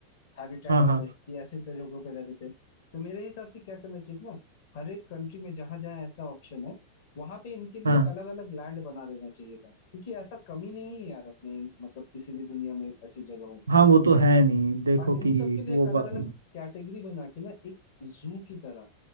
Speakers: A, on the left; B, on the right.
A: हैबिटेट
B: हाँ
A: वाले
B: हाँ
A: कि ऐसे जगहों पे रहते थे तो मेरे हिसाब से क्या करना चाहिए ना हर एक कंट्री में जहां जहां ऐसा ऑप्शन है वहां पे इनके लिए
B: हाँ
A: एक अलग अलग लैंड बना देना चाहिए था क्योंकि ऐसा कमी नहीं है यार अपने मतलब किसी भी दुनिया में ऐसी जगहों की
B: हाँ वो तो है नहीं देखो
A: और इन
B: कि
A: सब के लिए
B: वो
A: एक अलग
B: बात
A: अलग कैटेगरी बना के ना एक जू की तरह